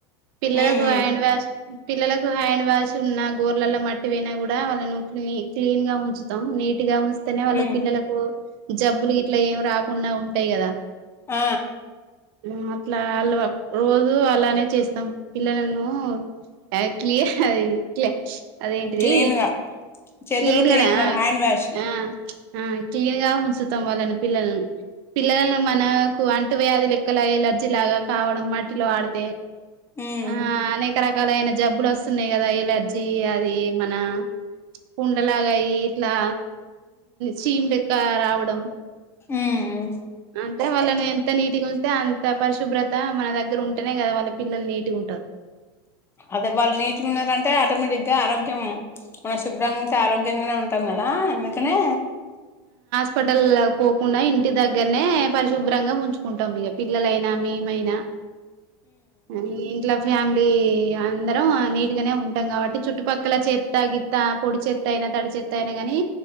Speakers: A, on the right; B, on the left.
A: పిల్లలకు
B: ఉమ్ ఉమ్
A: హ్యాండ్ వ్యాష్ పిల్లలకు హ్యాండ్ వాష్ ఉన్నా గోర్లల మట్టి పోయినా కూడా వాళ్ళను క్లి క్లీన్ గా ఉంచుతాం నీట్ టిగా ఉంచితేనే వాళ్ళకు
B: ఉమ్
A: పిల్లలకు జబ్బులు ఇట్లా ఏం రాకుండా ఉంటాయి కదా
B: ఆ
A: మ్ అట్లా వాళ్ళు రోజు అలానే చేస్తాం పిల్లలను య క్లియర్ అది క్లే అదేంటిది
B: క్లీన్ గా చేతులు
A: క్లీన్గానే
B: క్లీన్ గా
A: ఆ
B: హ్యాండ్ వాష్
A: ఆ ఆ క్లీన్గా ఉంచుతాం వాళ్ళని పిల్లలను పిల్లలను మనకు అం ంటు వ్యాధు లెక్కలా ఎలర్జీ లాగా కావడం మట్టిలో ఆడితే
B: మ్.
A: ఆ అనేక రకాలైన జబ్బులోస్తున్నాయి కదా ఎలర్జీ అది మన పుండలాగయ్యి ఇట్లా చీమ్డెక్క రావడం
B: మ్ మ్
A: అంటే వాళ్ళని ఎంత నీటిగా ఉంచితే అంత పరిశుభ్రత మన దగ్గర ఉంటేనే కదా వాళ్ళ పిల్లలు నీటిగుంటరు.
B: అదే వాళ్ళు నీట్గున్నారంటే ఆటోమేటిక్గా ఆరోగ్యం మనం శుభ్రంగుంటే ఆరోగ్యంగానే ఉంటాం. కదా అందుకనే
A: హాస్పిటల్ల్ పోకుండా ఇంటి దగ్గరనే పరిశుభ్రంగా ఉంచుకుంటామిగ పిల్లలైన మేమయినా ఆ ఇంట్లో ఫ్యామిలీ అందరం నీటీగానే ఉంటాం కాబట్టి చుట్టుపక్కల చెత్త గీత్త పొడి చెత్తయినా తడిచె చెత్తయినా గాని